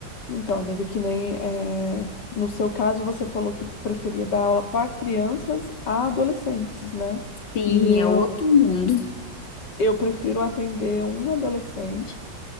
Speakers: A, on the left (about 65°); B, on the left (about 80°).
A: Então, amiga, que nem eh, no seu caso você falou que preferia dar aula para crianças a adolescentes, né?
B: Sim,
A: E eu
B: é outro mundo.
A: eu prefiro atender um adolescente,